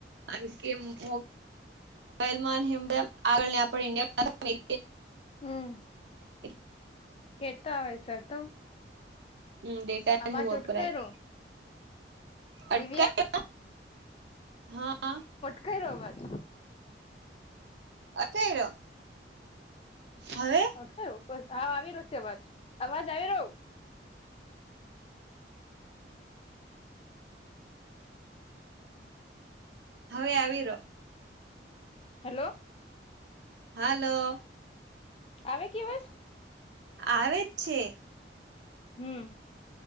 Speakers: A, on the right; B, on the left.
A: આમકે મો બાઈલ ને હેમ તેમ આગળ ની આપડી ઈન્ડિયા
B: હમ.
A: <unintelligible>
B: કેતા હોય શે તો?
A: હમ્મ, ડેટાને
B: અવાજ
A: વાપરાય
B: ઉટકેરો
A: અટકાય
B: દિવ્યા
A: હા આ
B: કયરો અવાજ.
A: અથેયરો હવે
B: <unintelligible> હા આવી રો છે અવાજ, અવાજ આવી રો?
A: હવે આવી રો.
B: હેલો
A: હાલો
B: આવે કે અવાજ?
A: આવે જ છે.
B: હમ્મ